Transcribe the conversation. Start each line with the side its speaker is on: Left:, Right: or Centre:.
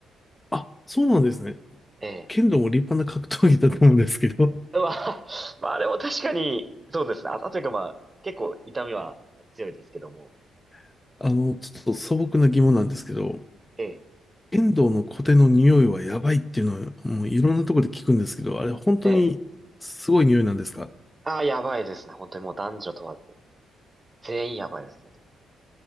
Left: あ、そうなんですね。
Right: ええ。
Left: 剣道も立派な格闘技だと思うんですけど、
Right: まあ、<laughs> まあ、あれも確かに、そうですね。あ、というかまあ、結構痛みは強いですけども。
Left: <laughs> あの、ちょっと素朴な疑問なんですけど、
Right: ええ、
Left: 剣道の小手の匂いはやばいっていうのは、もういろんなところで聞くんですけど、あれ本当にすごい匂いなんですか
Right: ええ。ああ、やばいですね。本当にもう男女問わず。全員やばいです、基本的に。